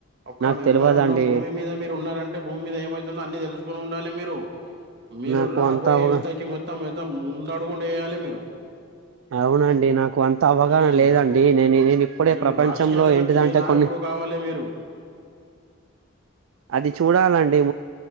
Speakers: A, on the right (about 60°); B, on the right (about 80°).
A: ఒక
B: నాకు
A: మెంబర్
B: తెలవదండి
A: ఉన్న భూమి మీద మీరు ఉన్నారంటే భూమి మీద ఏమైతుందో అన్ని తెలుసుకోని ఉండాలి మీరు మీరు
B: నాకు
A: రాబోయే
B: అంత అవగా
A: యువతకి మొత్తం మత్తం ముందడుగు ఉండి వేయాలి మీరు
B: అవునండి నాకు అంత అవగాహన
A: ఉమ్
B: లేదండి నేను ఇదీ మీ ఇప్పుడే
A: వీళ్ళు
B: ప్రపంచంలో
A: రాజకీయాలలో
B: ఏంటిదంటే
A: దిగే నాయకుడు
B: కొన్ని
A: కావాలి మీరు
B: అది చూడాలన్